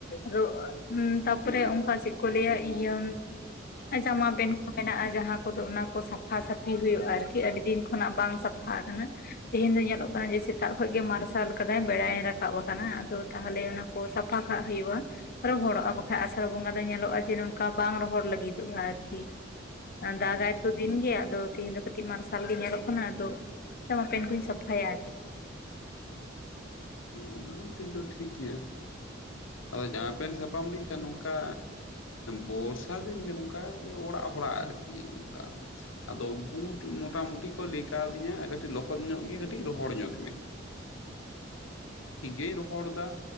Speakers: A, on the left; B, on the left.
A: ᱨᱚᱜ ᱛᱟᱯᱚᱨᱮ ᱚᱱᱠᱟ ᱪᱮᱫ ᱠᱚ ᱞᱟᱹᱭᱟ ᱤᱭᱟᱹ ᱡᱟᱢᱟ ᱯᱮᱱᱴ ᱠᱚ ᱢᱮᱱᱟᱜᱼᱟ ᱡᱟᱦᱟᱸ ᱠᱚᱫᱚ ᱚᱱᱟ ᱠᱚᱫᱚ ᱥᱟᱯ ᱥᱟᱯᱷᱟ ᱥᱟᱹᱯᱷᱤ ᱦᱩᱭᱩᱜᱼᱟ ᱟᱨᱠᱤ ᱟᱹᱰᱤ ᱫᱤᱱ ᱠᱷᱚᱱᱟᱜ ᱵᱟᱝ ᱥᱟᱯᱷᱟ ᱟᱠᱟᱱᱟ ᱛᱮᱦᱮᱧ ᱫᱚ ᱥᱮᱛᱟᱜ ᱠᱷᱚᱡ ᱜᱮ ᱢᱟᱨᱥᱟᱞ ᱟᱠᱟᱫᱟᱭ ᱵᱮᱲᱟᱭ ᱨᱟᱠᱟᱵ ᱟᱠᱟᱱᱟ ᱟᱫᱚ ᱛᱟᱦᱚᱞᱮ ᱚᱱᱟ ᱠᱚ ᱥᱟᱯᱷᱟ ᱠᱟᱜ ᱦᱩᱭᱩᱜᱼᱟ᱾ ᱨᱚᱦᱚᱲᱚᱜᱼᱟ ᱵᱟᱠᱷᱟᱡ ᱟᱥᱟᱲ ᱵᱚᱸᱜᱟ ᱫᱚ ᱧᱮᱞᱚᱜᱼᱟ ᱡᱮ ᱱᱚᱝᱠᱟ ᱵᱟᱝ ᱨᱚᱦᱚᱲ ᱞᱟᱹᱜᱤᱫᱚᱜᱼᱟ ᱟᱨᱠᱤ ᱫᱟᱜᱟᱭ
B: ᱦᱮᱸ
A: ᱛᱚ ᱫᱤᱱ ᱜᱮ ᱟᱫᱚ ᱛᱮᱦᱤᱧ ᱫᱚ ᱠᱟᱹᱴᱤᱡ ᱢᱟᱨᱥᱟᱞ ᱜᱮ ᱧᱮᱞᱚᱜ ᱠᱟᱱᱟ ᱟᱫᱚ ᱡᱟᱢᱟ ᱯᱮᱱᱴ ᱠᱩᱧ ᱥᱟᱯᱷᱟ ᱯᱷᱟᱭᱟ
B: ᱚᱱᱟ ᱦᱚᱸ ᱴᱷᱤᱠ ᱫᱚ ᱴᱷᱤᱠ ᱜᱮᱭᱟ᱾ ᱟᱫᱚ ᱡᱟᱦᱟᱸ ᱯᱮᱱᱴ ᱥᱟᱯᱷᱟᱢ ᱞᱟᱭ ᱠᱷᱟᱱ ᱱᱚᱝᱠᱟ ᱵᱚᱨᱥᱟ ᱫᱤᱱ ᱜᱮ ᱱᱚᱝᱠᱟ ᱚᱲᱟᱜ ᱦᱚᱲᱟᱜ ᱟᱨᱠᱤ ᱚᱝᱠᱟ ᱟᱫᱚ ᱵᱩᱴ ᱢᱚᱴᱟ ᱢᱩᱴᱤ ᱠᱚ ᱞᱮ ᱠᱟᱣᱫᱤᱧᱟ ᱠᱟᱹᱴᱤᱡ ᱞᱚᱦᱚᱫ ᱧᱚᱜ ᱜᱮ ᱠᱟᱹᱴᱤᱡ ᱨᱚᱦᱚᱲ ᱧᱚᱜ ᱢᱮ᱾ ᱴᱷᱤᱠ ᱜᱮᱧ ᱨᱚᱦᱚᱲ ᱮᱫᱟ